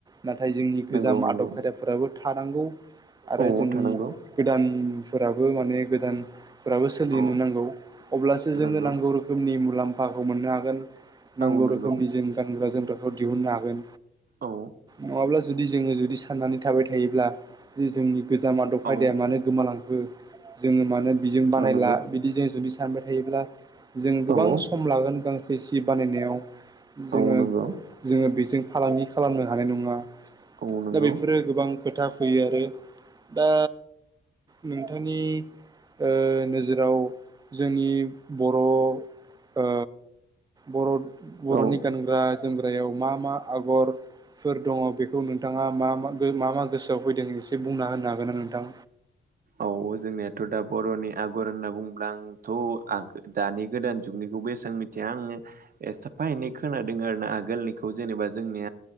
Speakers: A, on the right; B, on the right.
A: नाथाय जोंनि
B: नंगौ
A: गोजाम
B: नंगौ
A: आदब खायदाफोराबो थानांगौ आरो
B: औ
A: जोंनि
B: थानांगौ
A: गोदान फोराबो माने गोदानफोराबो सोलिनो
B: औ
A: नांगौ अब्लासो जोंनो
B: नंगौ
A: नांगौ रोखोमनि मुलामफ फाखौ मोननो हागोन नांगौ
B: औ नंगौ
A: रोखोमनि जों गानग्रा जोमग्राखौ दिहुननो हागोन।
B: औ
A: नङाब्ला जुदि जोङो जुदि साननानै थाबाय थायोब्ला जे जोंनि गोजाम आदब
B: औ
A: खायदाया मानो गोमालांखो जोङो मानो बिजों बानायला
B: औ नंगौ
A: बिदि जों जुदि सानबाय थायो थायोब्ला जों गोबां
B: औ
A: सम <unintelligible> गांसे सि बानायनाय जोङो
B: औ नंगौ
A: जोङो बे फालांगि खालामनो हानाय नङा
B: औ नंगौ
A: दा बेफोरो गोबां खोथा फैयो आरो दा नोंथांनि ओ नोजोराव जोंनि बर' ओ बर बर'नि
B: औ
A: गानग्रा जोमग्रायाव मा मा आगरफोर दङ' बेखौ नोंथाङा मा मा गोसोआव फैदों एसे बुंना होनो हागोनना नोंथां
B: औ जोंनियाथ' दा बर'नि आगर होनना बुंङोब्ला आंथ' दानि गोदान जुगनि बेसेबां मिथिया आङो एसेसाफायनै खोनादों आरो आगोलनिखौ जेनेबा जोंनि